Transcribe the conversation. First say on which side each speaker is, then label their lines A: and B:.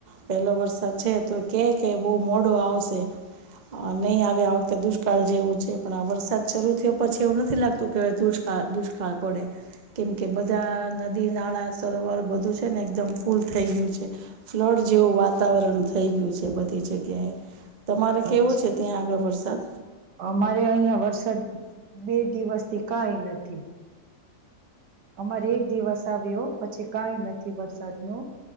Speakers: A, on the right; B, on the right.
A: પેલો વરસાદ છે તો કે કે બહુ મોડો આવશે. નહી આવેે આ વખતે તો દુષ્કાળ જેવું છે. પણ આ વરસાદ શરૂ થયો પછી એવું નથી લાગતું કે હવે દુષ્કાળ દુષ્કાળ પડે. કેમ કે બધા નદી નાળા સરોવર બધું છે ને એકદમ ફૂલ થઈ ગયું છે. ફ્લડ જેવું વાતાવરણ થઈ ગયું છે બધી જગ્યાએ તમારે કેવો
B: અચ્છા
A: છે ત્યાં આગળ વરસાદ.?
B: અમારે અહિયાં વરસાદ બે દિવસથી કઈ નથી. અમારે એક દિવસ આવ્યો પછી કઈ નથી વરસાદ નું